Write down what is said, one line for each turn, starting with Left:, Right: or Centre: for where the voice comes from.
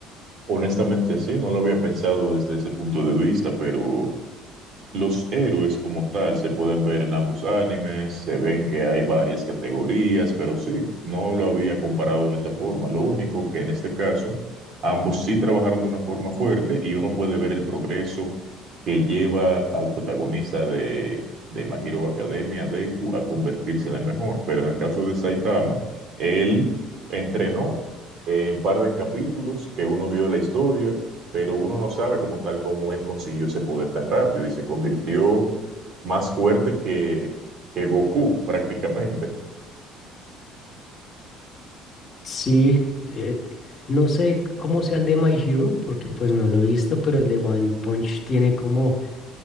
Right: Honestamente, sí, no lo había pensado desde ese punto de vista, pero Los héroes como tal se pueden ver en ambos animes, se ven que hay varias categorías, pero sí, no lo había comparado de esa forma. Lo único que en este caso, ambos sí trabajaron de una forma fuerte y uno puede ver el progreso que lleva al protagonista de, de My Hero Academia, Deku, a convertirse en el mejor. Pero en el caso de Saitama, él entrenó eh, un par de capítulos que uno vio la historia pero uno no sabe como tal cómo él consiguió ese poder tan rápido y se convirtió más fuerte que, que Goku prácticamente.
Left: Sí, eh, no sé cómo sea el de My Hero, porque pues no lo he visto, pero el de One Punch tiene como,